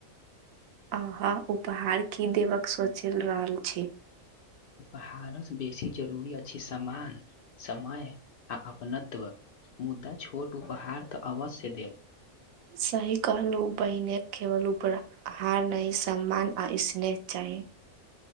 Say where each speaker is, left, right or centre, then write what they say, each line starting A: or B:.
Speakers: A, on the right; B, on the left.
A: अहा उपहार की देबक सोचल रहल छी?
B: उपहारसँ बेसी जरूरी अछि सम्मान, समय आ अपनत्व। मुदा छोट उपहार तऽ अवश्य देब।
A: सही कहलहु बहिने केवल उपरा हार नइ, सम्मान आ स्नेह चाही।